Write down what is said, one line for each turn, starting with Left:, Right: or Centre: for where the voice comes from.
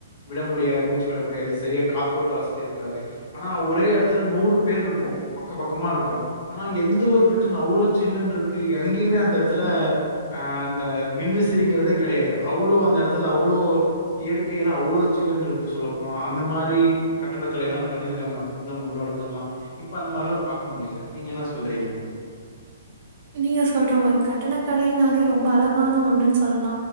Left: விட முடியாது மூச்சு விட முடியாது செரியா காத்தோட்ட வசதி இருக்காது ஆனா ஒரே எடத்துல நூறு பேர் இருக்கும் பக்க பக்கமா இருக்கோ ஆனா எந்த ஒரு பிரச்சனை அவ்ளோ சில்லுன்று இருக்கு எங்கேயுமே அந்த எடத்துல அ அந்த மின்விசிறிங்கிறதே கெடையாது அவ்ளோ அந்த எடத்துல அவ்ளோ இயற்கையில அவ்ளோ சில்லுனு இருக்கு சொல்ல போனா அந்த மாரி கட்டடக்கலை எல்லா பண்ணியிருக்காங்க அப்போ இருந்த முன்னோர்கள் எல்லா இப்ப அந்த மாரில்லா பாக்க முடியல நீங்க என்ன சொல்றீங்க
Right: நீங்க சொல்ற மாரி கட்டட கலையினாலே ரொம்ப அழகான ஒண்ணுன்னு சொல்லா